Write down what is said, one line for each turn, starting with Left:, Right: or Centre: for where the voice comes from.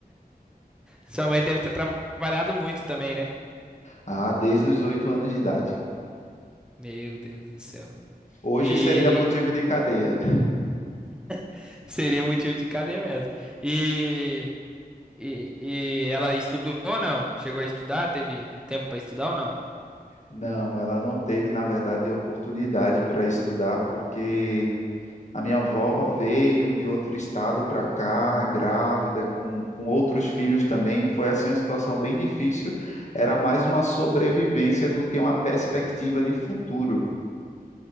Centre: Sua mãe deve ter trabalhado muito também, né?
Left: Ah, desde os oito anos de idade.
Centre: Meu Deus do céu.
Left: Hoje
Centre: E
Left: seria motivo de cadeia.
Centre: <laughs> seria motivo de cadeia mesmo. E, e, e ela estudou ou não? Chegou a estudar? Teve tempo pra estudar ou não?
Left: Não, ela não teve, na verdade, oportunidade para estudar porque A minha avó veio de outro estado para cá, grávida, com, com outros filhos também. Foi assim uma situação bem difícil. Era mais uma sobrevivência do que uma perspectiva de futuro.